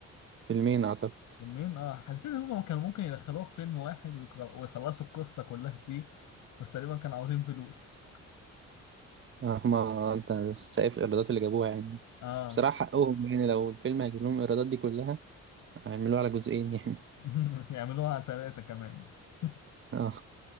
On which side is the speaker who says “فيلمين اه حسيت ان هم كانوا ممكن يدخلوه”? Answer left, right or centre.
Left